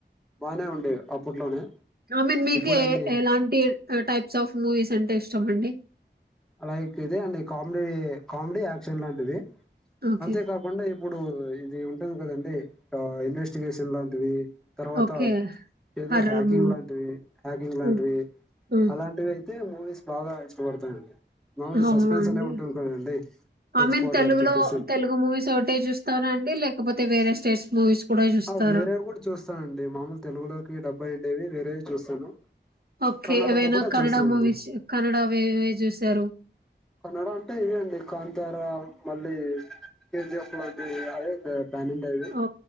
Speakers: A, in the centre; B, on the right (about 55°).
A: బానే ఉండేవి అప్పట్లోనే
B: ఐ మీన్ మీకు
A: ఇప్పుడు
B: ఏ
A: అన్ని
B: ఎలాంటి టైప్స్ ఆఫ్ మూవీస్ ఎంత ఇష్టం అండి
A: లైక్ ఇదే అండి కామెడీ కామెడీ యాక్షన్ లాంటిది
B: ఓకే
A: అంతే కాకుండ ఇప్ ఇప్పుడు ఇది ఉంటది కదండి ఆ ఇన్వెస్టిగేషన్ లాంటివి తర్వాత
B: ఓకే
A: ఏదో
B: హర్రర్
A: హ్యాకింగ్
B: మూవీ
A: లాంటివి హ్యాకింగ్ లాంటివి
B: హ్మ్. హ్మ్.
A: అలాంటివి అయితే మూవీస్ బాగా ఇష్టపడతానండి మామూలు
B: అవునా
A: సస్పెన్స్
B: అండి
A: అనే ఉంటుంది కదండి తెలుసుకోవాలి
B: ఐ మీన్ తెలుగులో
A: అని చెప్పేసి
B: తెలుగు మూవీస్ ఒకటే చూస్తారండి లేక లేకపోతే వేరే స్టేట్స్ మూవీస్ కూడా చూస్తారా?
A: ఆ వేరేవి కూడా చూస్తానండి మామూలు తెలుగులోకి డబ్అయిండేవి డబ్ అయిండేవి వేరేవి చూస్తాను
B: ఓకే
A: కన్నడలో
B: ఏవైనా
A: కూడా
B: కన్నడ
A: చూస్తానండి
B: మూవీస్ కన్నడవి ఏవి చూశారు
A: కన్నడ అంటే ఇవే అండి కాంతార మళ్ళీ కేజీఎఫ్ లాంటి అవే తా <unintelligible> పాన్ ఇండియా వి
B: ఓ